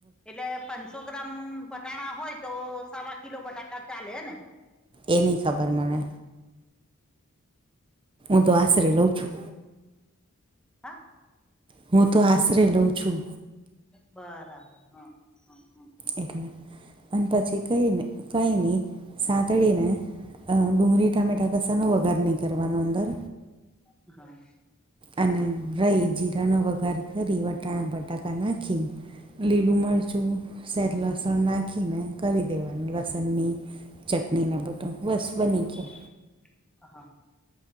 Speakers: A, in the centre; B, on the right.
A: એટ પચ સો ગ્રામ વટાણા હોય તો સવા કિલો બટાકા ચાલે ને?
B: એ નની ખબર મને. હું તો આશરે લઉં છું.
A: હા.
B: હું તો આશરે લઉં છું.
A: બરાબર હા હ હ.
B: એટલે અને પછી કઈને કઈ નની સાંતળીને અ ડુંગળી, ટામેટા કસાનો વગાર નહીં કરવાનો અંદર?
A: <unintelligible>
B: અને અને રહી જીરાનો વઘાર કરી વટણ બટાકા નાખી. લીલું મરચું શેદ લસણ નાખીને કરી દેવાનું લસણની ચટણી ના બટું બસ
A: હા
B: બની ગયો.
A: હા.